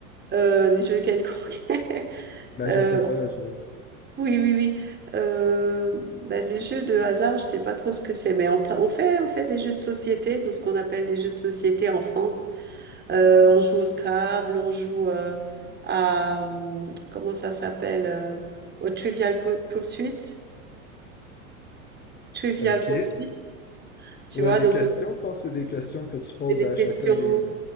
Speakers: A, on the right; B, on the left.
A: Euh, des jeux quelconques. <laughs>
B: Ben,
A: Euh,
B: je sais pas, je...
A: Oui, oui, oui. Euh, ben, les jeux de hasard, je sais pas trop ce que c'est, mais on, pr- on fait, on fait des jeux de société, nous, ce qu'on appelle des jeux de société en France. Euh, on joue au Scrabble, on joue euh, à, hum, comment ça s'appelle, euh, au Trivial Pur- Pursuit, Trivial
B: OK.
A: Pursuit, tu
B: Ouais,
A: vois,
B: des
A: donc
B: questions,
A: on
B: je pense que c'est des questions que tu poses
A: fait des
B: à
A: questions,
B: chacun des...